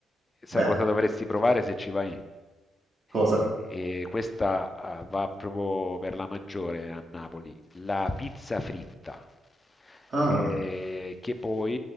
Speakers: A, on the left; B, on the right.
A: Sai
B: beh,
A: cosa dovresti provare se ci vai?
B: cosa?
A: E, e questa ah, va proprio per la maggiore a Napoli, la pizza fritta.
B: Ah,
A: E che poi,